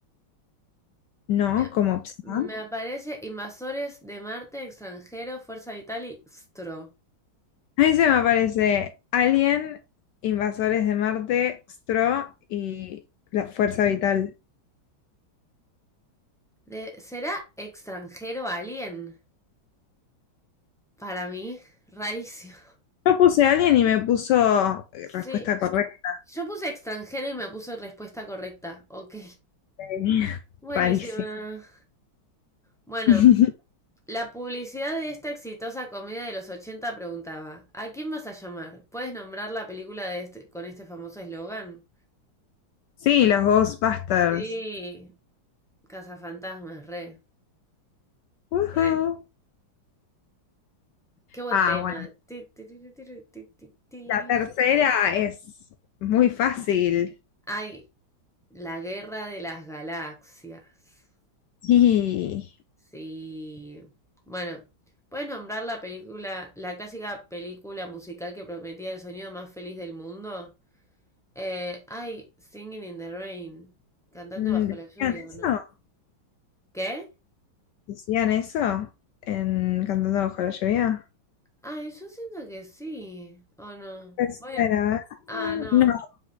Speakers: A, on the left; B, in the centre.
A: ¿no?
B: Me,
A: Como opción.
B: me aparece Invasores de Marte, Extranjero, Fuerza Vital y Stro.
A: Ahí se me aparece Alien, Invasores de Marte, Xtro y la Fuerza Vital.
B: De- ¿Será extranjero alien? Para mí, rarísimo.
A: Yo puse Alien y me puso
B: Sí.
A: respuesta correcta.
B: Yo puse extranjero y me puse respuesta correcta. Ok.
A: Sí. <laughs>
B: Buenísima.
A: Rarísimo.
B: Bueno,
A: <laughs>
B: La publicidad de esta exitosa comedia de los 80 preguntaba: ¿A quién vas a llamar? ¿Puedes nombrar la película de este- con este famoso eslogan?
A: Sí, los Ghostbusters.
B: Sí, Cazafantasmas, re,
A: Ujú.
B: re. Qué buen
A: Ah,
B: tema.
A: bueno.
B: Ti, ti, ti, ti, ti, ti, ti, ti.
A: La tercera es muy fácil.
B: Ay, la guerra de las galaxias.
A: Sí.
B: Sí. Bueno, ¿puedes nombrar la película, la clásica película musical que prometía el sonido más feliz del mundo? Eh, ay, Singing in the Rain. Cantando
A: Mm,
B: bajo
A: ¿Decían
B: la lluvia,
A: eso?
B: ¿o no? ¿Qué?
A: ¿Decían eso? En Cantando bajo la lluvia.
B: Ay, yo siento que sí. ¿O no?
A: Tercera.
B: Voy a...
A: ¿eh?
B: Ah, no.
A: No.